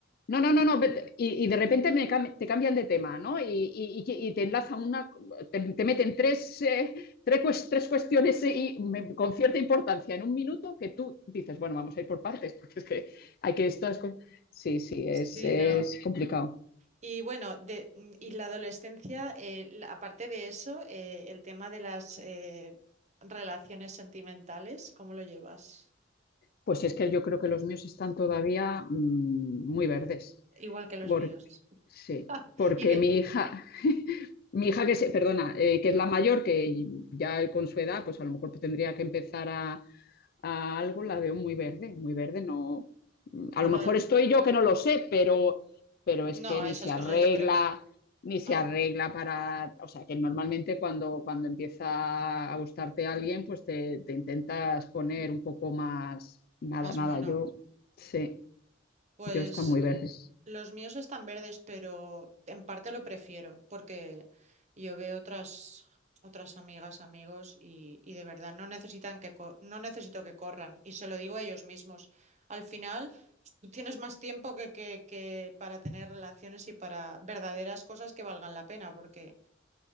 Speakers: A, on the left; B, on the right.
A: No, no, no, no. vete- Y, y de repente me cam- te cambian de tema, ¿no? Y, y- y que- y te enlazan una, te, te meten tres, eh, tres, cues- tres cuestiones eh, y me- con cierta importancia en un minuto que tú dices, bueno, vamos a ir por partes, <laughs> porque es que hay que estas cosas. Sí, sí,
B: <laughs>
A: es,
B: Sí,
A: es
B: no.
A: complicado.
B: Y bueno, de, mm, y la adolescencia, eh, la- aparte de eso, eh, el tema de las eh, relaciones sentimentales, ¿cómo lo llevas?
A: Pues es que yo creo que los míos están todavía mm, muy verdes.
B: Igual que los
A: Porque,
B: míos.
A: sí, porque
B: Y ve,
A: mi hija, mi hija que se, perdona, eh, que es la mayor, que ya con su edad, pues a lo mejor tendría que empezar a, a algo la veo muy verde, muy verde, no. A
B: bueno,
A: lo mejor
B: lo-
A: estoy yo que no lo sé, pero, pero es
B: no,
A: que ni
B: esas
A: se arregla,
B: cosas yo creo que...
A: ni se
B: Ah,
A: arregla para. O sea, que normalmente cuando, cuando empieza a gustarte alguien, pues te, te intentas poner un poco más. Nada,
B: más
A: nada,
B: mono.
A: yo sí,
B: Pues
A: yo está muy verde.
B: los míos están verdes, pero en parte lo prefiero porque yo veo otras, otras amigas, amigos y, y de verdad no necesitan que co- no necesito que corran y se lo digo a ellos mismos. Al final tú tienes más tiempo que, que, que para tener relaciones y para verdaderas cosas que valgan la pena porque